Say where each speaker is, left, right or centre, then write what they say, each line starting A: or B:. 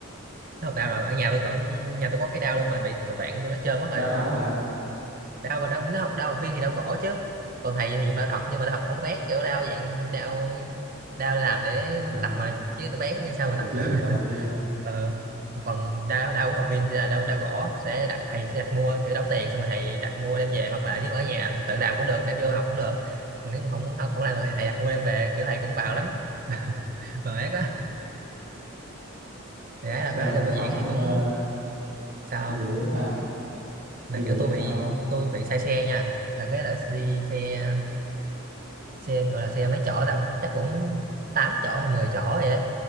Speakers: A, on the right; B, on the right.
A: nó học đao rồi ở nhà tôi còn nhà tôi có cái đao luôn mà bị tụi bạn tôi nó chơi mất
B: đào
A: rồi
B: thật đó hả
A: đau mà đau nếu học đau học viên thì đau gỗ chứ còn thầy thì dùng đau thật nhưng mà đau thật không có bén kiểu đau dạng đau đau để làm để
B: à
A: tập mà chứ đau bén thì sao mà
B: biểu
A: tập
B: diễn
A: được <laughs>
B: thì tập cái kia
A: ờ. còn đau đau của học viên thì là đau đau gỗ sẽ đặt thầy sẽ đặt mua kiểu đóng tiền xong rồi thầy đặt mua đem về hoặc là nếu ở nhà tự làm cũng được đem vô học cũng được còn nếu mà không không, không làm được thì thầy đặt mua đem về kiểu thầy cũng bào lắm <laughs> bờ ác đó thầy ấy là
B: ờ
A: cái lên biểu
B: học
A: diễn thì
B: nhưng
A: cũng
B: mà
A: sao
B: đi biểu
A: không?
B: diễn sao
A: là
B: đi biểu
A: kiểu
B: diễn
A: tôi bị
B: sao không
A: tôi bị say xe nha là cái là đi xe xe gọi là xe mấy chỗ ta chắc cũng 8 chỗ hay 10 chỗ vậy á.